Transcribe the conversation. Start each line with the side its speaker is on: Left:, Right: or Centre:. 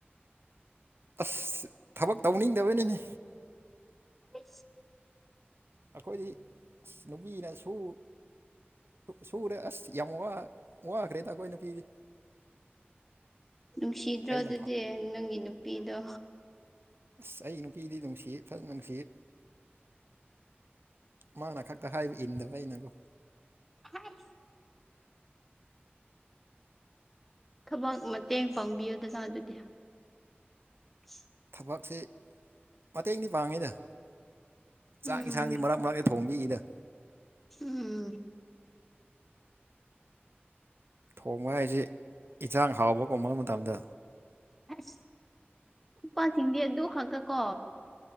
Right: ꯑꯁ ꯊꯕꯛ ꯇꯧꯅꯤꯡꯗꯕꯅꯤꯅꯦ
Centre: ꯑ
Right: ꯑꯩꯈꯣꯏꯗꯤ ꯅꯨꯄꯤꯅ ꯁꯨ ꯁꯨꯔꯦ ꯑꯁ ꯌꯥꯝ ꯋꯥꯈ꯭ꯔꯦꯗ ꯑꯩꯈꯣꯏ ꯅꯨꯄꯤꯗꯤ
Centre: ꯅꯨꯡꯁꯤꯗ꯭ꯔꯣ
Right: ꯑꯩꯅ
Centre: ꯑꯗꯨꯗꯤ
Right: ꯐ
Centre: ꯅꯪꯒꯤ ꯅꯨꯄꯤꯗꯣ
Right: ꯑꯁ ꯑꯩꯒꯤ ꯅꯨꯄꯤꯗꯤ ꯅꯨꯡꯁꯤ ꯐꯖꯅ ꯅꯨꯡꯁꯤ ꯃꯥꯅ ꯈꯛꯇ ꯍꯥꯏꯕ ꯏꯟꯗꯕ ꯑꯩꯅꯒꯣ
Centre: ꯍꯥꯏ ꯊꯕꯛ ꯃꯇꯦꯡ ꯄꯥꯡꯕꯤꯌꯨꯗꯖꯥ ꯑꯗꯨꯗꯤ <inaudible>
Right: ꯊꯕꯛꯁꯤ ꯃꯇꯦꯡꯗꯤ ꯄꯥꯡꯉꯤꯅ
Centre: ꯎꯝ
Right: ꯆꯥꯛ ꯏꯟꯁꯥꯡꯒꯤ ꯃꯔꯛ ꯃꯔꯛꯇ ꯊꯣꯡꯕꯤꯏꯗ
Centre: ꯎꯝ
Right: ꯊꯣꯡꯕ ꯍꯥꯏꯁꯤꯦ ꯏꯟꯖꯥꯡ ꯍꯥꯎꯕ ꯀꯨꯝꯕ ꯃꯇꯝꯗ
Centre: ꯑꯁ ꯅꯨꯄꯥꯁꯤꯡꯗꯤ ꯑꯗꯨ ꯈꯥꯛꯛꯇ ꯀꯣ